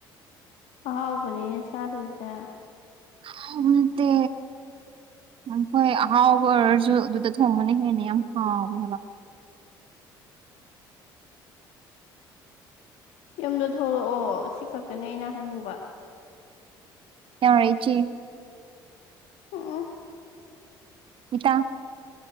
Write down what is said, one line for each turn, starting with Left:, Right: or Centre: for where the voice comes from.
Left: ꯑꯍꯥꯎꯕꯅꯤꯅꯦ ꯆꯥꯗꯣꯏꯁꯦ
Right: ꯑꯍꯥꯎꯕ ꯅꯠꯇꯦ ꯑꯝ ꯍꯣꯏ ꯑꯍꯥꯎꯕ ꯑꯣꯏꯔꯁꯨ ꯑꯗꯨꯗ ꯊꯣꯡꯕꯅ ꯍꯦꯟꯅ ꯌꯥꯝ ꯍꯥꯎꯕꯅꯦ ꯍꯥꯏꯕ
Left: ꯌꯨꯝꯗ ꯊꯣꯛꯂꯛꯑꯣ ꯁꯤ ꯈꯛꯇꯅꯦ ꯑꯩꯅ ꯍꯥꯏꯅꯤꯡꯕ
Right: ꯌꯥꯔꯦ ꯢꯆꯦ
Left: ꯎꯝ
Right: ꯏꯇꯥ